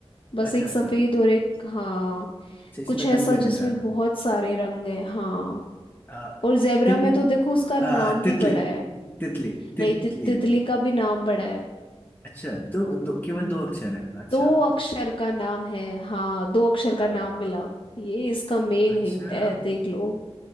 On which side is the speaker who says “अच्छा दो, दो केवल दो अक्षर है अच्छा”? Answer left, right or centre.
Left